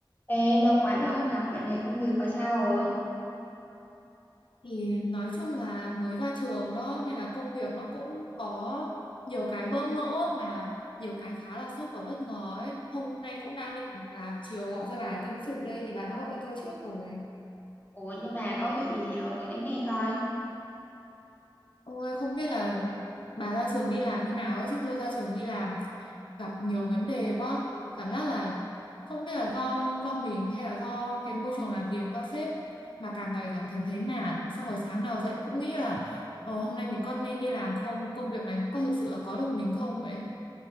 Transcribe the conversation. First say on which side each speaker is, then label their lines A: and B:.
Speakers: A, on the left; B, on the left.
A: Ê, lâu quá rồi không gặp, dạo này công việc bà sao rồi?
B: thì nói chung là mới ra trường đó nên là công việc nó cũng có nhiều cái bỡ ngỡ mà nhiều cái khá là sốc và bất ngờ ấy hôm nay cũng đang định là chiều gọi cho bà tâm sự đây thì bà đã gọi cho tôi trước rồi
A: Ủa, nhưng mà có vụ gì ở kể nghe coi.
B: Ôi không biết là bà ra trường đi làm như nào ấy chứ tôi ra trường đi làm gặp nhiều vấn đề quá cảm giác là không biết là do do mình hay là do cái môi trường làm việc do sếp mà càng ngày càng cảm thấy nản xong rồi sáng nào dậy cũng nghĩ là ờ, hôm nay mình có nên đi làm không công việc này có thực sự là có được mình không vậy